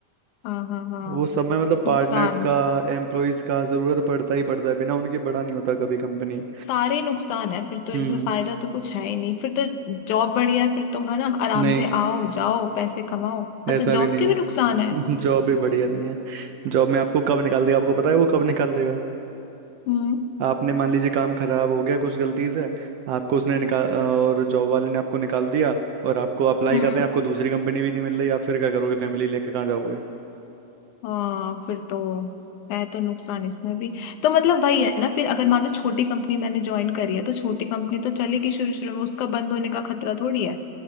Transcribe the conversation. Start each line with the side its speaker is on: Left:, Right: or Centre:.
Left: हाँ हाँ हाँ
Right: वो सब में मतलब पार्टनर्स
Left: नुकसान
Right: का एम्प्लॉयज का जरूरत पड़ता ही पड़ता है बिना उनके बड़ा नहीं होता कभी कंपनी
Left: सारे नुकसान है फिर तो
Right: हम्म
Left: इसमें फायदा तो कुछ है ही नहीं फिर तो जॉब बढ़िया है फिर तो है ना आराम
Right: नहीं
Left: से आओ जाओ पैसे कमाओ अच्छा
Right: ऐसा
Left: जॉब
Right: भी नहीं
Left: के भी नुकसान
Right: है
Left: है
Right: <laughs> जॉब भी बढ़िया नहीं है जॉब में आपको कब निकाल देगा आपको पता है वो कब निकाल देगा
Left: हम्म
Right: आपने मान लीजिए काम खराब हो गया कुछ गलती से आपको उसने निकाल और जॉब वाले ने आपको निकाल दिया और आपको अप्लाई
Left: हम्म
Right: कर रहे हैं आपको दूसरी कंपनी भी नहीं मिल रही आप फिर क्या करोगे फैमिली लेके कहाँ जाओगे
Left: हाँ फिर तो है तो नुकसान इसमें भी तो मतलब वही है ना फिर अगर मान लो छोटी कंपनी मैंने ज्वाइन करी है तो छोटी कंपनी तो चलेगी शुरू शुरू में उसका बंद होने का खतरा थोड़ी है